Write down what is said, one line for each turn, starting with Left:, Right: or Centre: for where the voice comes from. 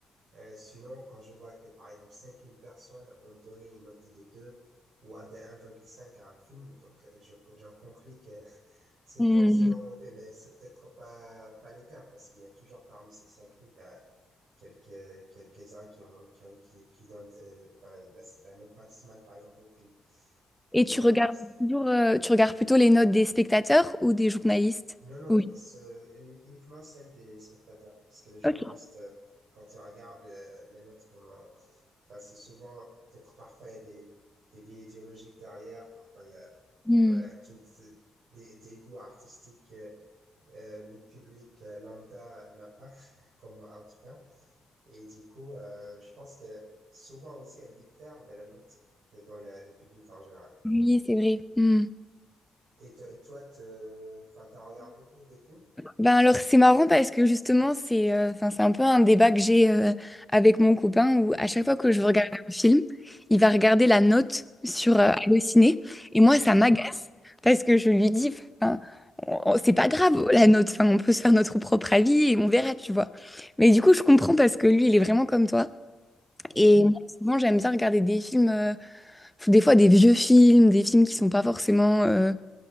Right: Euh, sinon, quand je vois que par exemple 5000 personnes ont donné une note de 2 ou un de 1,5 à un film, donc euh, je- j'en conclus que <laughs> c'est
Centre: Mhm.
Right: forcément mauvais, mais c'est peut-être pas pas l'écart parce qu'il y a toujours parmi ces 5000, quelques, quelques-uns qui ont, qui ont- qui, qui donnent, euh, voilà, la, la note maximale, par exemple, au film.
Centre: Et
Right: Et,
Centre: tu regardes
Right: euh,
Centre: toujours, euh, tu regardes plutôt les notes des spectateurs ou des journalistes?
Right: non, non,
Centre: Oui.
Right: ce- un- uniquement celle des spectateurs, parce que les journalistes,
Centre: Ok.
Right: euh, quand ils regardent les, les notes comme, un- enfin, c'est souvent, peut-être parfois il y a des, des biais idéologiques derrière, parfois il y a,
Centre: Mhm.
Right: euh, voilà, toutes euh, des, des goûts artistiques, euh, euh, le public euh, lambda n'a pas, <laughs> comme moi en tout cas. Et du coup, euh, je pense que souvent aussi, elle diffère de la note qui est dans le, le public en général.
Centre: Oui, c'est vrai. Mhm.
Right: Et, to- et toi, te, enfin, t'en regardes beaucoup des films?
Centre: Ben alors c'est marrant parce que justement c'est euh, enfin c'est un peu un débat que j'ai euh, avec mon copain où à chaque fois que
Right: Oui.
Centre: je veux regarder un film, il va regarder la note sur euh, Allociné et moi
Right: Oui.
Centre: ça m'agace parce que je lui dis enfin on- on- c'est pas grave la note, enfin on peut se faire notre propre avis et on verra, tu vois. Mais du coup je comprends parce que lui il est vraiment comme toi
Right: Ouais,
Centre: et moi souvent j'aime bien regarder des films euh, des fois des vieux films, des films qui sont pas forcément euh,